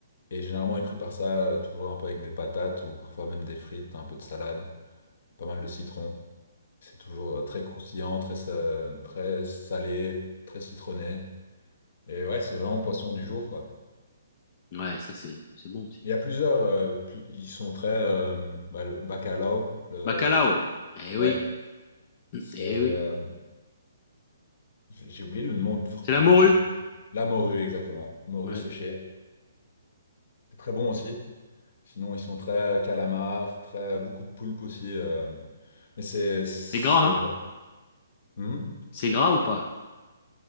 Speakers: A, on the left; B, on the left.
A: Et généralement, ils préparent ça euh, toujours un peu avec des patates ou parfois même des frites, un peu de salade, pas mal de citron. C'est toujours euh, très croustillant, très, sa- très salé, très citronné. Et ouais, c'est vraiment poisson du jour, quoi.
B: Ouais, ça, c'est, c'est bon aussi.
A: Il y
B: ouais.
A: a plusieurs, euh, plus- ils sont très, euh, bah, le bacalao, le,
B: Bacalao. Eh oui.
A: ouais, c'est,
B: Eh
A: euh,
B: oui.
A: j'ai j'ai oublié le nom de fr-
B: C'est
A: en
B: la morue.
A: français. La morue, exactement. Morue
B: Ouais.
A: séchée. C'est très bon aussi. Sinon, ils sont très calamars très, beaucoup de poulpe aussi. euh, mais c'est, c'est,
B: C'est gras, hein?
A: Hmm?
B: C'est gras ou pas?